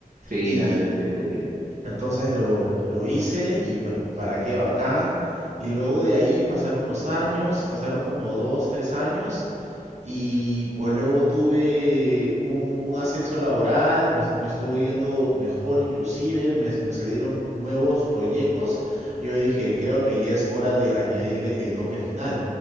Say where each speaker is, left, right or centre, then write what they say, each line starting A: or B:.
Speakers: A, on the right; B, on the right.
A: Sí,
B: Y
A: ya, ya estoy entendiendo.
B: entonces lo, lo hice y pues para qué bacán. Y luego de ahí pasaron los años, pasaron como dos, tres años y pues luego tuve un, un ascenso laboral, me, me estuvo yendo mejor inclusive, me, me salieron nuevos proyectos. Yo dije, creo que ya es hora de añadirle el toque final.